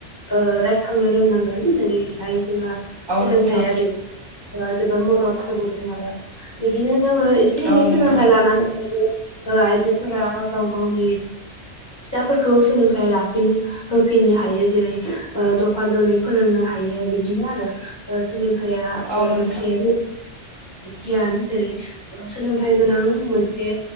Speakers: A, on the left; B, on the right.
A: ओ रायखांनो रोंनांगोन जेरैहाय जोंहा
B: औ
A: सोलोंथाइया
B: नोंथां
A: बे ओ जोबोद मदद होबोदों आरो बिदिनो जोङो एसे एनै
B: औ नोंथां
A: सोलोंथाइ लानानै ओ आइजोफोरा गाव गावनि फिसाफोरखौ सोलोंथायाइ लाफिनो होफि फिनो हायो जेरै ओ दफा दनै फोरोंनो हायो बिदिनो आरो ओ सोंलों आया
B: औ नोंथां
A: मोनसे ओ गियान जेरै सोलोंथाइ गोनां मोनसे